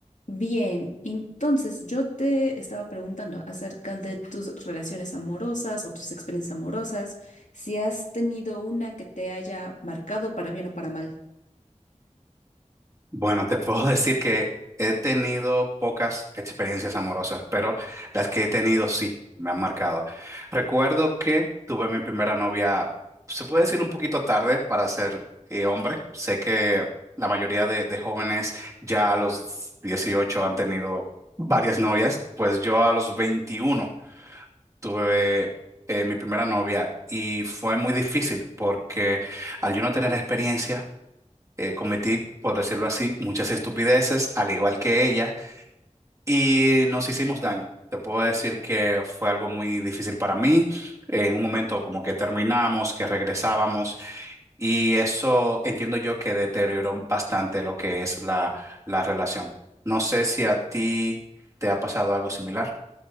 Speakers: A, on the left (about 80°); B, on the right (about 25°).
A: Bien, entonces yo te estaba preguntando acerca de tus relaciones amorosas o tus experiencias amorosas, si has tenido una que te haya marcado para bien o para mal.
B: Bueno, te puedo <laughs> decir que he tenido pocas experiencias amorosas, pero las que he tenido sí me han marcado. Recuerdo que tuve mi primera novia, se puede decir un poquito tarde para ser eh, hombre. Sé que la mayoría de, de jóvenes ya a los 18 han tenido varias novias, pues yo a los 21 tuve eh, mi primera novia y fue muy difícil porque al yo no tener experiencia eh, cometí, por decirlo así, muchas estupideces, al igual que ella, y nos hicimos daño. Te puedo decir que fue algo muy difícil para mí. En un momento como que terminamos, que regresábamos, y eso entiendo yo que deterioró bastante lo que es la, la relación. No sé si a ti te ha pasado algo similar.